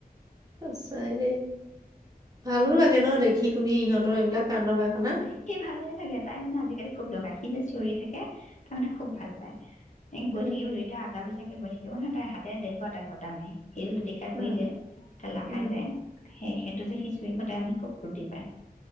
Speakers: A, on the right (about 20°); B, on the left (about 50°).
A: সঁচাই দেই, ভালো লাগে ন দেখি শুনি, সিহঁতৰ এইবিলাক কাণ্ড-কাৰখানা।
B: দেখি ভালে লাগে, তাই মানে আজিকালি খুব দগাই, সি যে চিঞৰি থাকে, তাৰমানে খুব ভাল পায়। এক
A: উম,
B: গৈ থাকিব দুইটাই আগা-পিচা গৈ থাকিব নহয়, তাই হাতে <unintelligible> তাক গতা মাৰি। এই লুটি খাই
A: উম,
B: পৰি যায়, ঠেলা
A: উম,
B: খাই যায়। সেই তেতিয়া যে সি চিঞৰিব, তাই মানে খুব ফুৰ্তি পাই।